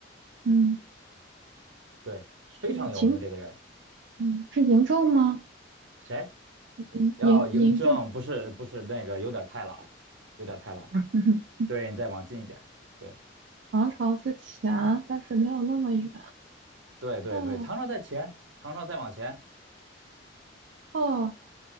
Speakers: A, on the right; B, on the right.
A: 嗯，
B: 对，
A: 是秦，
B: 非常有名这个人，
A: 嗯，是嬴政吗？
B: 谁？
A: 嬴嬴嬴政，
B: 要嬴政，不是不是那个，有点太老，有点太老，
A: <laughs>
B: 对你再往近一点，对。
A: 唐朝之前，但是没有那么远。
B: 对对对，
A: 哦
B: 唐朝在前，唐朝再往前，
A: 哦，